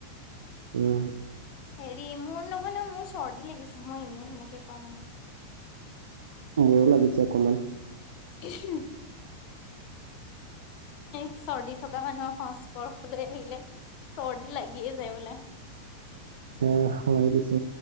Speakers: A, on the right; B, on the left.
A: উম
B: হেৰি মোৰ নহয় নহয় মোৰ চৰ্দি লাগিছে মই এনেই সেনেকে কোৱা নাই।
A: মোৰো লাগিছে অকমান।
B: <unintelligible> চৰ্দি থকা মানুহৰ সংস্পৰ্শলৈ আহিলে। চৰ্দি লাগিয়ে যায় বোলে।
A: আ হয় পিছে